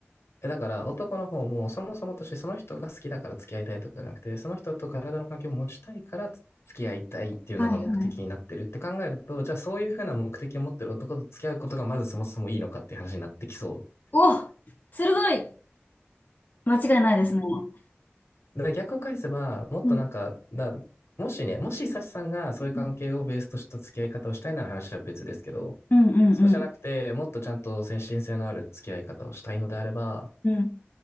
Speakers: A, on the left (about 85°); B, on the left (about 45°).
A: えだから男の方もそもそもとしてその人が好きだから付き合いたいとかじゃなくて、その人と体の関係を持ちたいから付き合いたいっていうのが目的になってるって考えると、
B: はい、はい。
A: じゃあそういうふうな目的を持ってる男と付き合うことがまずそもそもいいのかっていう話になってきそう。
B: お、鋭い間違いないですね。
A: だから逆を返せば、もっとなんか、
B: うん、
A: なもしね、もし幸さんがそういう関係をベースとした付き合い方をしたいなら話は別ですけど、
B: うん、うん、うん、
A: そうじゃなくて、
B: うん、
A: もっとちゃんと先進性のある付き合い方をしたいのであれば、
B: うん、